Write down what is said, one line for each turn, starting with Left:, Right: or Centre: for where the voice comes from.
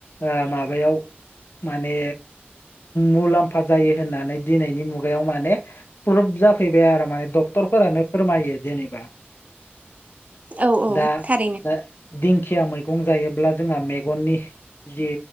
Left: ओ माबायाव माने मुलाम्फा जायो होननानै दिनैनि मुगायाव माने प्रुभ जाफैबाय आरो माने ड क्टरफोरानो फोरमायो जेनेबा
Right: औ औ
Left: दा
Right: थारैनो
Left: दा दिंखिया मै- गं जायोब्ला जोंहा मेगननि जि